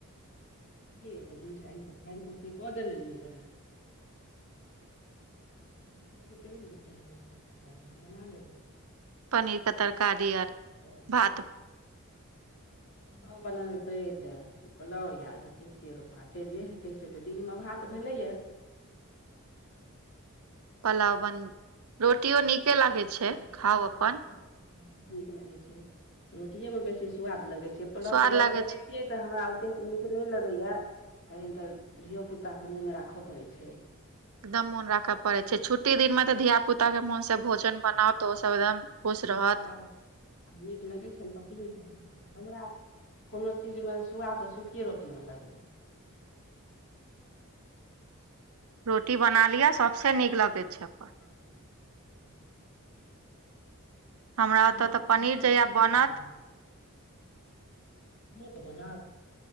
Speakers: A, on the left; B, on the right.
A: बनलियै तऽ दूध आनि कऽ फाड़ कऽ से कऽ देना य <unintelligible> बना लेबै
B: पनीरके तरकारी आर
A: उ
B: भात
A: बना देतै तय पलाव या देखे छियै र भाते जे हेतै से तऽ दिनमे भात भेले या
B: पुलाव बन रोटियो नीके लागै छै
A: रोटियो
B: खाउ
A: नीक
B: अपन
A: लगै छै नीक लगैत छै रोटिएमे बेसी सुआाद लगैत छै पुलाव
B: स्वाद
A: तुलाव
B: लागै
A: कऽ
B: छै
A: दै कि तऽ हमरा ओतेक नीक नहि लगया कहन तऽ धियो पुताक के मोन राखय पड़ै छै
B: एकदम मोन राखय पड़े छै छुट्टी दिन मे तऽ धिया पुता के मोन सँ भोजन बनाउ तऽ ओ सब एकदम खुश रहत
A: ल <inaudible> आ नीक लगै छल प हमरा कोनो चीजमे सु्वाद सुखीे रोटीमे लगैए
B: रोटी बना लियअ सभसँ नीक लगे छै अपन
A: <unintelligible>
B: हमरा
A: तूरी
B: ओतय
A: सभमे
B: तऽ पनीर
A: ओतेक
B: जहिया
A: नीक
B: बनत
A: नहि लागत ह कह बनात